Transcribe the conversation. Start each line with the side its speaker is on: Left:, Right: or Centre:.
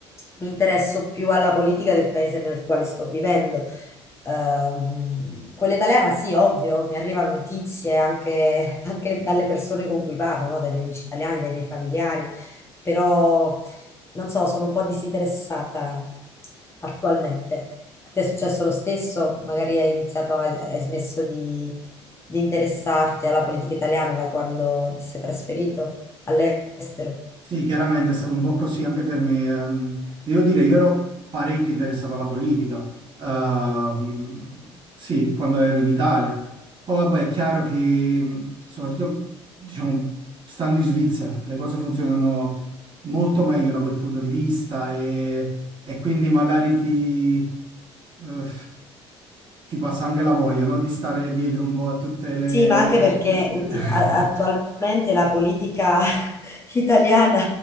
Left: mi interesso più alla politica del paese nel quale sto vivendo Ehm, quella italiana sì, ovvio, mi arrivano notizie anche, anche dalle persone con cui parlo, no? Dai miei amici italiani, dai miei familiari, però non so, sono un po' disinteressata attualmente. A te è successo lo stesso? Magari hai iniziato, hai, hai smesso di, di interessarti alla politica italiana da quando ti sei trasferito all'estero?
Right: Sì, chiaramente è stato un po' così anche per me. ehm, ti devo dire, io ero parecchio interessato alla politica, ehm, sì, quando ero in Italia. Poi, vabbè, è chiaro che, mh, soprattutto, diciamo, stando in Svizzera, le cose funzionano molto meglio da quel punto di vista e, e quindi magari ti, eh, ti passa anche la voglia, no? Di stare dietro un po' a tutte le...
Left: Sì, ma anche perché
Right: <laughs>
Left: utti- a- attualmente la politica <laughs> italiana